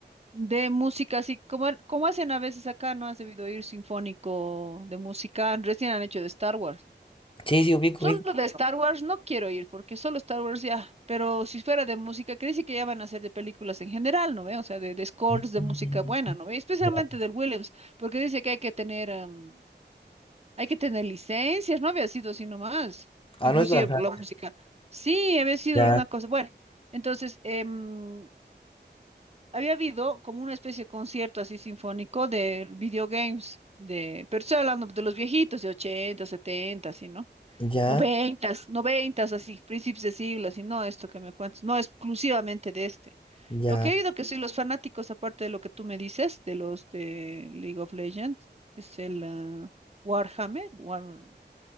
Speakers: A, on the right; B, on the left.
A: De música, así como, como hacen a veces acá, ¿no? Has debido oír sinfónico de música, recién han hecho de Star Wars.
B: Sí, sí, ubico,
A: Solo
B: ubico.
A: de Star Wars no quiero ir, porque solo Star Wars ya, pero si fuera de música, que dice que ya van a hacer de películas en general, ¿no ve? O sea, de, de scores
B: Mm.
A: de música buena, ¿no ve? Especialmente
B: Ya.
A: del Williams, porque dice que hay que tener, am, hay que tener licencias, no había sido así nomás,
B: Ah,
A: inclusive
B: no es lanzar.
A: la música. Sí, había sido
B: Ya,
A: una cosa, bueno, entonces, em, había habido como una especie de concierto así sinfónico de videogames, de, pero estoy hablando de los viejitos de 80, 70, así, ¿no?
B: ya,
A: Noventas, noventas, así, principios de siglo, así, no esto que me cuentas, no exclusivamente de este.
B: ya.
A: Lo que he oído que soy los fanáticos, aparte de lo que tú me dices, de los de League of Legends, es el ah, Warhammer, Warhammer